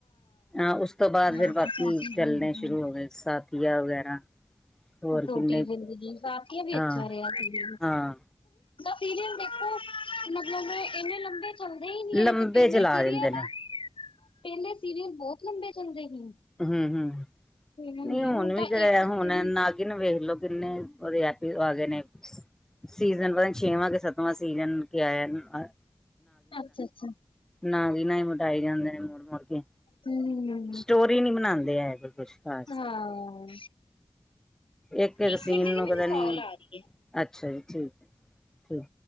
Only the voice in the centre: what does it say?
ਹਾਂ ਉਸ ਤੋਂ ਬਾਅਦ
ਫਿਰ ਬਾਕੀ ਚੱਲਣੇ
ਸ਼ੁਰੂ ਹੋ ਗਏ ਸਾਥੀਆਂ ਵਗੈਰਾ। ਹੋਰ
ਕਿੰਨੇ
ਹਾਂ
ਹਾਂ
ਲੰਬੇ
ਚਲਾ
ਦਿੰਦੇ ਨੇ
ਹੂੰ-ਹੂੰ।
ਨਈ
ਹੁਨ
ਵੀ ਕਿਹੜਾ
ਹੁਣ ਨਾਗਿਨ ਵੇਖਲੋ ਕਿਨੇ ਓਦੇ ਆ ਗਏ ਨੇ ਐਪੀ ਸੀਜਨ ਪਤਾ ਛੇਵਾਂ ਕਿ ਸੱਤਵਾਂ ਸੀਜਨ ਕੇ ਆਇਆ <unintelligible>
ਨਾ ਵੀ ਨਾ ਈ ਮਿਟਾਏ ਜਾਂਦੇ ਨੇ ਮੁੜ-ਮੁੜ ਕੇ।
ਸਟੋਰੀ ਨੀ ਬਣਾਦੇ ਹੈ ਕੁਛ ਬਾਸ
ਇਕ-ਇਕ
ਸੀਨ
ਨੂੰ
ਪਤਾ ਨੀ
ਅੱਛਾ ਜੀ ਠੀਕ ਐ ਠੀਕ।